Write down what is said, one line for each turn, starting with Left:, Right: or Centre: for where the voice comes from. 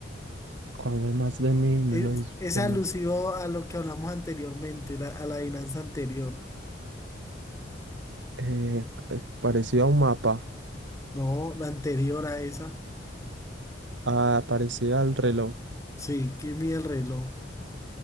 Right: Cuando hay más de mil, menos
Left: Es, es
Right: ves.
Left: alusivo a lo que hablamos anteriormente, la- a la adivinanza anterior.
Right: Eh, eh, parecido a un mapa.
Left: No, la anterior a esa.
Right: Ah, parecido al reloj.
Left: Sí, que mide el reloj.